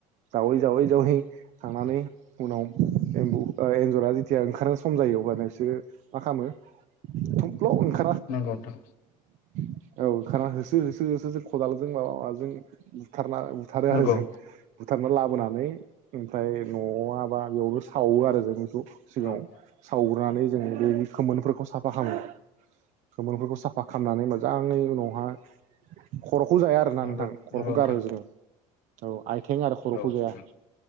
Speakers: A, on the right (about 55°); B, on the left (about 70°).
A: जावै जावै जावै थांनानै उनाव एम्बु ओ एन्जरा जेथिया ओंखारनो सम जायो अब्लानो बिसोरो मा खामो थफ्ल' ओंखार
B: नंगौ नोंथां।
A: औ ओंखारना होसो होसो होसो जों खदालजों माबा माजों बुथारना बुथारो
B: नंगौ
A: आरो जों। बुथारना लाबोनानै ओमफ्राय न' आबा बेयावनो सावो आरो जों बेखौ सिगाङाव
B: औ
A: सावग्रोनानै जोङो बेनि खोमोनफोरखौ साफ फा खामो‌। खोमोरफोरखौ साफा खामनानै मोजाङै उनावहा खर'खौ जाया आरोना
B: नंगौ
A: नोंथां खर'खौ
B: नंगौ नोंथां
A: गारो जोङो। औ। आइथें आरो खर'खौ
B: औ नोंथां
A: जाया।